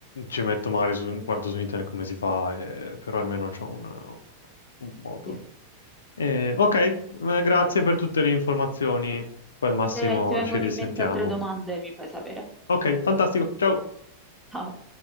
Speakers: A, on the left; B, in the centre.
A: ci metto magari su, guardo su internet come si fa, eh, però almeno c'ho un, un modo.
B: Sì.
A: Eh, ok, eh, grazie per tutte le informazioni. Poi al massimo
B: Se ti vengono
A: ci risentiamo.
B: in mente altre domande, mi fai sapere.
A: Ok, fantastico. Ciao.
B: Ciao.